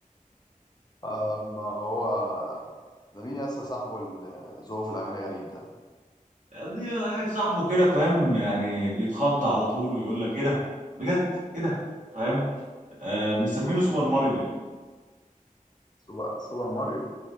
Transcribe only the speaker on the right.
دي واحد صاحبه كده فاهم يعني بيتخض على طول ويقول لك ايه ده بجد ايه ده فاهم آه مسمينه سوبر ماريو يعني